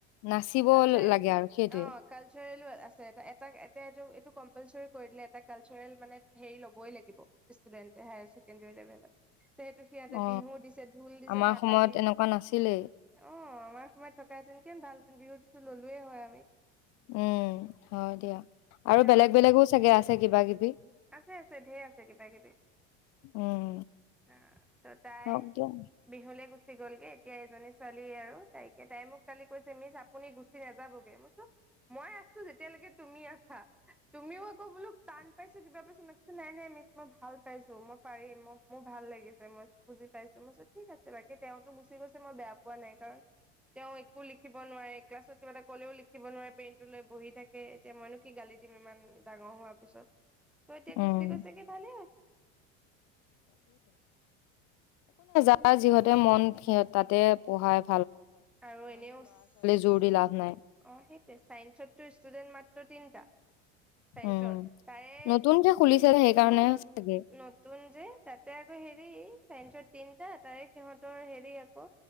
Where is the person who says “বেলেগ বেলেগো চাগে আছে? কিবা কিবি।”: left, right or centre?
Left